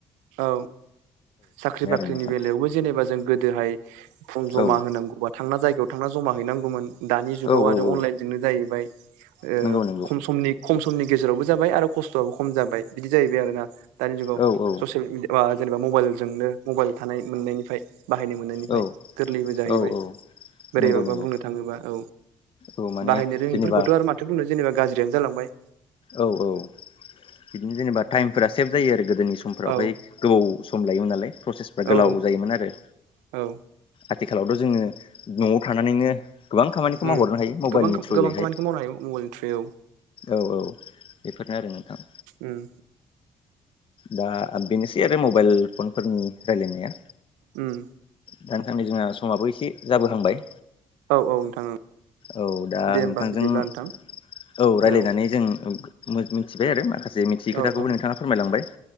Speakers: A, on the right; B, on the left.
A: औ साख्रि
B: बे आरो
A: बाख्रिनि
B: नोंथां
A: बेलायावबो जेनेबा जों गोदोहाय फुं जमा
B: औ
A: होनांगौबा थांना जायगायाव थांना जमा हैनांगौमोन दानि जुगाव
B: औ औ
A: आरो अनलाइनजोंनो जाहैबाय ओ
B: नंगौ नंगौ
A: खम समनि खम समनि गेजेरावबो जाबाय आरो खस्थ'आबो खम जाबाय बिदि जाहैबाय आरोना दानि जुगाव
B: औ औ
A: <inaudible> या जेनेबा मबेइलजोंनो मबेइल थानाय मोननायनिफ्राय बाहायनो मोननायनिफ्राय
B: औ
A: गोरलैबो जाहैबाय
B: औ
A: बोरैबाबा
B: नंगौ नंगौ
A: बुंनो थाङोबा औ
B: औ माने
A: बाहायनो रोङिफोरखौथ'
B: जेनेबा
A: आरो माथो बुंनो जेनेबा गाज्रियानो जालांबाय
B: औ औ बिदिनो जेनेबा टाइमफोरा सेभ जायो आरो गोदोनि समफोरावहाय
A: औ
B: गोबाव सम लायोमोन नालाय प्रसेसफ्रा
A: औ
B: गोलाव जायोमोन आरो
A: औ
B: आथिखालावथ' जोङो न'आव थानानैनो गोबां खामानिखौ
A: उम
B: मावहरनो हायो मबाइलनि
A: गोबां
B: थ्रुयैहाय
A: गोबां खामानिखौ मावनो हायो मबाइलनि थ्रयै
B: औ औ बेफोरनो आरो नोंथां
A: ओम
B: दा बेनोसै आरो मबाइल फनफोरनि रायलायनाया
A: ओम
B: दा नोंथां नै जोंहा समाबो एसे जाबोहांबाय
A: औ औ नोंथां
B: औ दा
A: दे होमबा
B: नोंथांजों
A: बिदिब्ला
B: औ
A: नोंथां
B: रायज्लायनानै
A: औ
B: जों मिथिबाय आरो माखासे मिथियै खोथाखौबो
A: औ औ
B: नोंथाङा फोरमायलांबाय